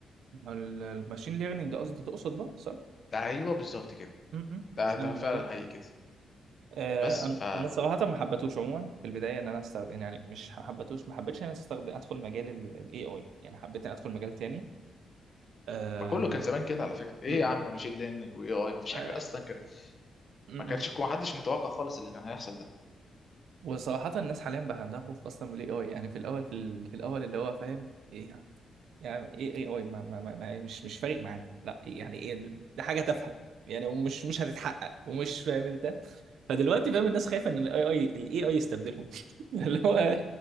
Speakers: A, on the right; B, on the left.
A: ال- الماشين ليرنينج قصدي تقصد بقى صح؟
B: ده ايوه بالظبط كده
A: م- م.
B: ده
A: فاهم
B: ده
A: الموضوع
B: فعلا حقيقي كده
A: آه،
B: بس
A: انا
B: ف
A: انا صراحه ما حبيتهوش عموما في البدايه ان انا استخدم يعني مش حبيتهوش ما حبيتش ان انا استخدم ادخل مجال الاي اي يعني حبيت ان ادخل مجال تاني آه،
B: ما كله كان زمان كده على فكره ايه
A: م- م.
B: يا عم ماشين ليرنينج واي اي ما فيش
A: آه،
B: حاجه اصلا كده
A: م-
B: ما
A: م.
B: كانش ما حدش متوقع خالص اللي كان هيحصل ده
A: وصراحه الناس حاليا بقى عندها خوف اصلا من الاي اي يعني في الاول في, ال- في الاول اللي هو فاهم ايه يعني ايه ايه اي ما ما ما ما- يعني مش مش فارق معانا لا يعني ايه دي حاجه تافهه يعني ومش مش هتتحقق ومش فاهم انت فدلوقتي فاهم الناس خايفه ان الاي اي الاي اي يستبدلهم <laughs> اللي هو